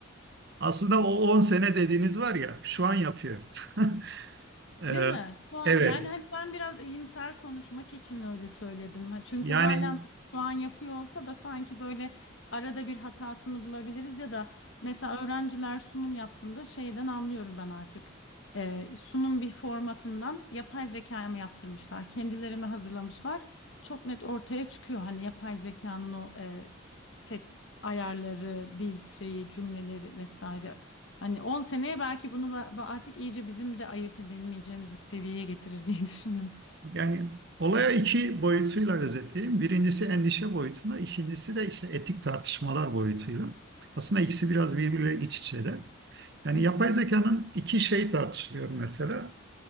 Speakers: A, on the right; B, on the left.
A: Aslında o 10 sene dediğiniz var ya şu an yapıyor. <laughs> Ee,
B: Değil mi? Şu an,
A: evet.
B: yani hani ben biraz iyimser konuşmak için öyle söyledim. Ha, Çünkü
A: Yani
B: halen şu an yapıyor olsa da sanki böyle arada bir hatasını bulabiliriz ya da mesela öğrenciler sunum yaptığında şeyden anlıyorum ben artık. Ee, sunum bir formatından yapay zekaya mı yaptırmışlar, kendileri mi hazırlamışlar? Çok net ortaya çıkıyor hani yapay zekanın o e, set ayarları, dil şeyi, cümleleri vesaire Hani 10 seneye belki bunu ba- ba- artık iyice bizim de ayırt edemeyeceğimiz bir seviyeye getirir diye <laughs> düşündüm.
A: Yani olaya iki boyutuyla özetleyeyim. Birincisi endişe boyutuna, ikincisi de işte etik tartışmalar boyutuyla. Aslında ikisi biraz birbiriyle iç içeler. Yani
B: Hı hı.
A: yapay zekanın iki şey tartışılıyor mesela.